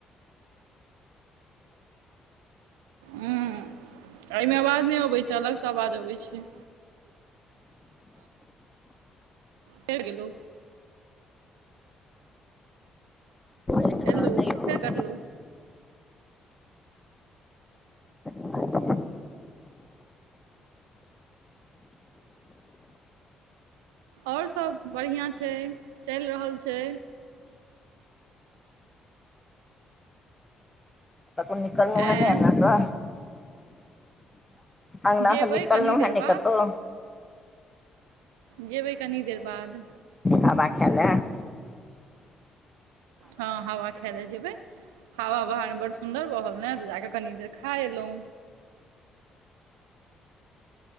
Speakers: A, on the right (about 70°); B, on the left (about 15°).
A: ह एहिमे आवाज नहि अबैत छै अलगसँ आवाज अबैत छै तेर किलो
B: होइए ने ओहिसँ तहन
A: एलू
B: नहि अबैत
A: फेर कटलू
B: छै
A: और सब बढ़िया छै चलि रहल छै
B: कतहु निकलल
A: एँ
B: है नै अंगनासँ अंगनसं
A: जेबै
B: निकललौ
A: कनी देर
B: हंए नै
A: बाद
B: कतौ
A: जेबै कनी देर बाद
B: हवा खाएला
A: हँ हावा खाएला जेबै हावा बहारमे बड सुन्दर बहल ने तऽ जाकऽ कनी देर खा एलहुँ